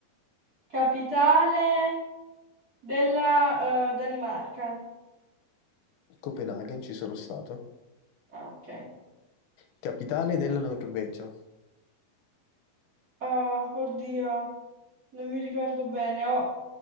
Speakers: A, on the right; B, on the left.
A: Capitale della eh, Danimarca.
B: Copenaghen, ci sono stato.
A: Ah, ok.
B: Capitale della Norvegia.
A: Ah, oddio, non mi ricordo bene. O-